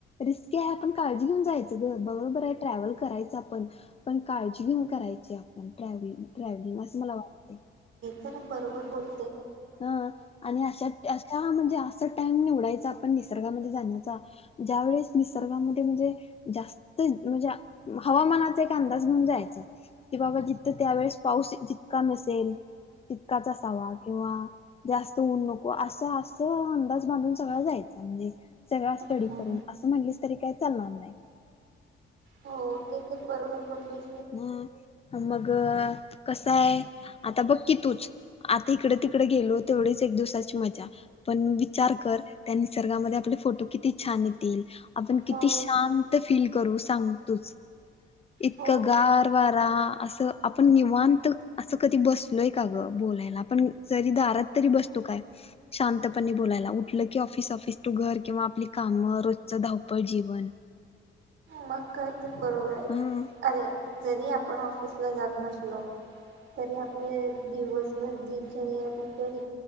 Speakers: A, on the left; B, on the right.
A: रिस्की आहे पण काळजी घेऊन जायचं ग बरोबर आहे ट्रॅव्हल करायचं आपण पण काळजी घेन करायचे आपण ट्रॅव्हल ट्रॅव्हलिंग असं मला वाटते.
B: त्यांना बरोबर बोल
A: ह आणि अशा- अशा म्हणजे असं टाइम निवडायचा निसर्गामध्ये जाण्याचा ज्यावेळेस निसर्गामध्ये म्हणजे जास्त म्हणजे हवामानाचा एक अंदाज घेऊन जायच, की बाबा जिथं त्यावेेळेस पाऊस जितका नसेल तितकाचं असावा किंवा जास्त ऊन नको असं असं अंदाज बांधून सगळा जायचा म्हणजे. सगळा
B: हां.
A: स्टडी करून असं म्हणलीस, तरी काही चालणार नाही.
B: हो, ते तर बरोबर बोली.
A: ह, मग कसयं आता बघ कि तूच? आता इकडे तिकडे गेलो, तेवढीच एक दिवसाची मज्जा पण विचार कर त्या निसर्गामध्ये आपल्या फोटो किती छान येतील, आपण किती
B: हो
A: शांत फील करू सांग तुच. इत
B: हो
A: का गार वारा असं आपण निवांत असं कधी बसलोय का गं? बोलायला आपण जरी दारात तरी बसतो काय? शांतपणे बोलायला उठलं की ऑफिस ऑफिस टु घर किंवा आपली कामं रोजच धावपळ जीवन.
B: मग काय, तर बरोबर आहे
A: ह
B: अरे जरी आपण आँफिस जात नसलो, तरी आपले दिवसभर दिनचर्या कुठे तरी